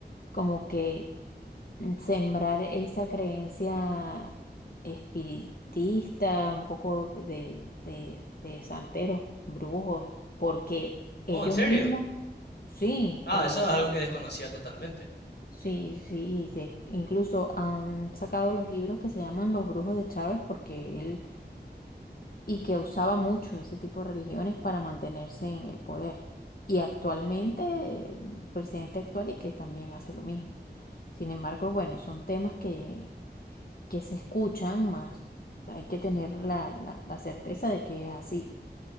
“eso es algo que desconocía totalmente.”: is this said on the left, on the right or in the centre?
Left